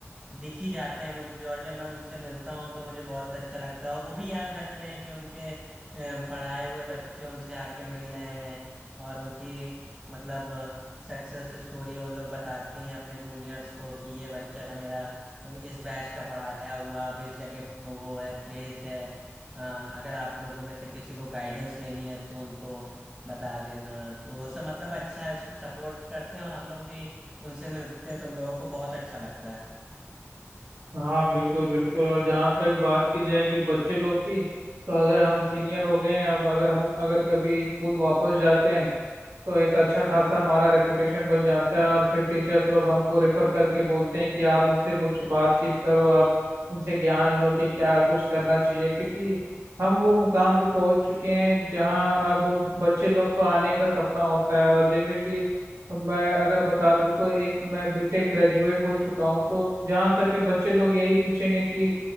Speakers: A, on the right; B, on the right.
A: दिख ही जाते हैं मुझे और जब मैं उनसे मिलता हूँ तो मुझे बहुत अच्छा लगता है और वो भी याद रखते हैं कि उनके अ, पढ़ाए हुए बच्चे उनसे आके मिल रहे हैं और उनकी मतलब सक्सेस स्टोरी वो लोग बताती हैं अपने जूनियर्स को कि ये बच्चा मेरा इस बैच का पढ़ाया हुआ अब इस जगह वो है प्लेस्ड है अ, अगर आप लोगों में से किसी को गाइडेंस लेनी है तो उनको बता देना तो वो सब मतलब अच्छा है सपोर्ट करते हैं और हम लोग भी उनसे मिलते हैं तो हम लोगों को बहुत अच्छा लगता है
B: हाँ बिल्कुल बिल्कुल और जहाँ तक बात की जाए कि बच्चे लोग की तो अगर हम सीनियर हो गए हैं अब अगर हम अगर कभी स्कूल वापस जाते हैं तो एक अच्छा खासा हमारा रेपुटेशन बन जाता है और फिर टीचर्स लोग हमको रेफर करके बोलते हैं कि आप उससे कुछ बातचीत करो आप उनसे ज्ञान लो कि क्या कुछ करना चाहिए क्योंकि हम वो मुकाम पे पहुंच चुके हैं जहां अब बच्चे लोग को आने का सपना होता है और जैसे कि मैं अगर बता दूं तो एक मैं बीटेक ग्रेजुएट हो चुका हूं तो जहां तक है बच्चे लोग यही पूछेंगे कि